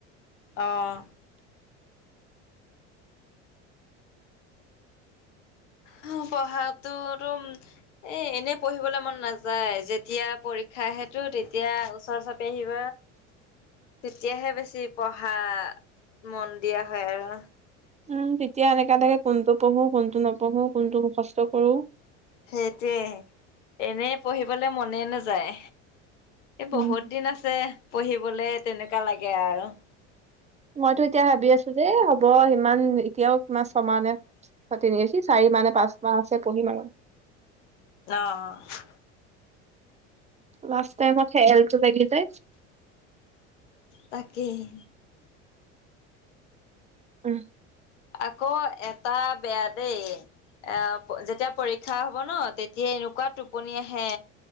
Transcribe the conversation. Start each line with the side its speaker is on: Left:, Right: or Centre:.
Left: অঁ' হুম পঢ়াটো এদম- এই এনেই পঢ়িবলে মন নাযায়, যেতিয়া পৰীক্ষা আহেটো তেতিয়া ওচৰ চাপি আহিব।
Right: <inaudible>
Left: তেতিয়াহে বেছি পঢ়া মন দিয়া হয় আৰু।
Right: উম, তেতিয়া এনেকা লাগে কোনটো পঢ়ো কোনটো নপঢ়ো কোনটো মুখস্থ- কৰো
Left: সেইটোৱেহে, এনেই পঢ়িবলে মনে নাযায়। এই
Right: উম
Left: বহুত দিন আছে পঢ়িবলে তেনেকুৱা লাগে আৰু।
Right: মইতো এতিয়া ভাবি আছো দে হ'ব ইমান এতিয়াও কিমান ছমাহ নে- চাৰি মাহ নে পাঁচ মাহ আছে পঢ়িম আৰু।
Left: অ
Right: লাষ্ট টাইমত ফেয়াৰিটো লাগে যে।
Left: তাকেহে।
Right: উম'
Left: আকৌ, এটা বেয়া দেই। এ- অ যেতিয়া পৰীক্ষা হ'ব ন, তেতিয়া এনেকুৱা টোপনি আহে